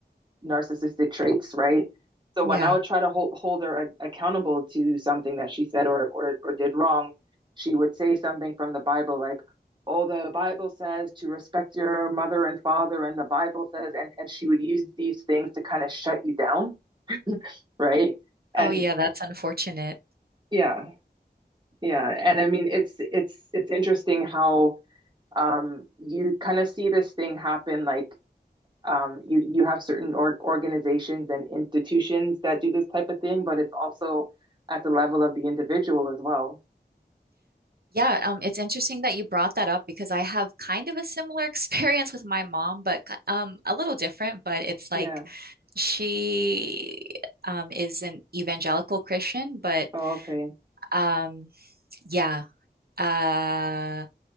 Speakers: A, on the right; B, on the right.
A: narcissistic traits right so
B: yeah.
A: when I would try to hold hold her a- accountable to something that she said or, or or did wrong she would say something from the Bible like oh the Bible says to respect your mother and father and the Bible says and and she would use these things to kind of shut you down right and
B: Oh, yeah, that's unfortunate.
A: Yeah, yeah. And I mean it's it's it's interesting how um you kind of see this thing happen like um you you have certain org organizations and institutions that do this type of thing, but it's also at the level of the individual as well.
B: Yeah, um, it's interesting that you brought that up because I have kind of a similar <laughs> experience with my mom, but um, a little different. But it's like
A: Yeah.
B: she um, is an evangelical Christian, but
A: Oh, okay.
B: Um, yeah. Uh,